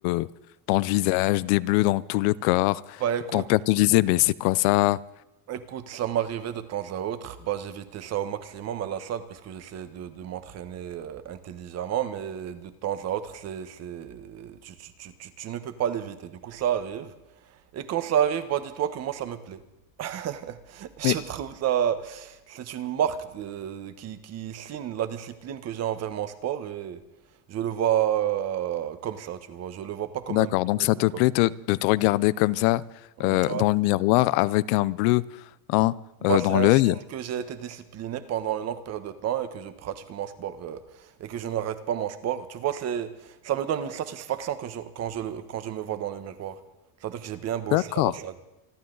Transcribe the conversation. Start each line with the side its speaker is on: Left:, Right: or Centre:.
Left: euh, dans le visage, des bleus dans tout le corps?
Right: Bah écoute,
Left: Ton père te disait, mais c'est quoi ça?
Right: Écoute, ça m'arrivait de temps à autre. Bah, j'évitais ça au maximum à la salle puisque j'essayais de, de m'entraîner euh, intelligemment, mais de temps à autre, c'est, c'est... Tu, tu, tu, tu, tu ne peux pas l'éviter. Du coup, ça arrive. Et quand ça arrive, bah, dis-toi que moi, ça me plaît. <laughs> Je
Left: Mais,
Right: trouve ça, c'est une marque de- qui, qui signe la discipline que j'ai envers mon sport et je le vois euh, comme ça, tu vois. Je le vois pas comme
Left: d'accord.
Right: un peu
Left: Donc, ça te
Right: ou comme.
Left: plaît te- de te regarder comme ça,
Right: Ouais.
Left: euh, dans le miroir avec un bleu, hein,
Right: Bah,
Left: euh,
Right: c'est
Left: dans
Right: un
Left: l'œil?
Right: signe que j'ai été discipliné pendant une longue période de temps et que je pratique mon sport euh, et que je n'arrête pas mon sport. Tu vois, c'est, ça me donne une satisfaction que je- quand je, le- quand je me vois dans le miroir. C'est-à-dire que j'ai bien bossé
Left: D'accord.
Right: à la salle.